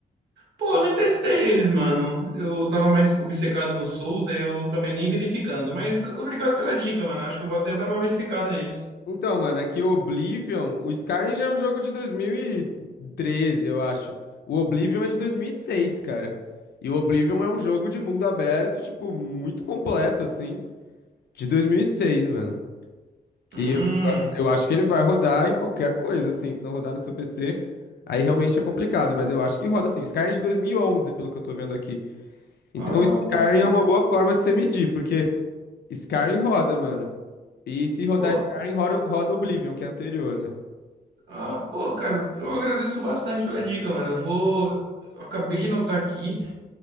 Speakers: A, on the right; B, on the left.
A: Pô, eu nem testei eles, mano. Eu tava mais obcecado no Souls, aí eu acabei nem verificando. Mas obrigado pela dica, mano. Eu Acho que eu vou até dar uma verificada neles.
B: Então, mano, é que o Oblivion, o Skyrim já é um jogo de dois mil e treze, eu acho. O Oblivion é de 2006, cara. E o Oblivion é um jogo de mundo aberto, tipo, muito completo, assim, de 2006, mano.
A: Hum.
B: E eu, eu acho que ele vai rodar em qualquer coisa, assim. Se não rodar no seu PC, aí realmente é complicado. Mas eu acho que roda, assim. Skyrim é de 2011, pelo que eu tô vendo aqui. Então,
A: Ah,
B: Skyrim
A: pode crer.
B: é uma boa forma de você medir, porque Skyrim roda, mano. E se rodar
A: Pô,
B: Skyrim, roda, roda Oblivion, que é anterior, né?
A: ah, pô, cara, eu agradeço bastante pela dica, mano. Eu vou. Eu acabei de anotar aqui.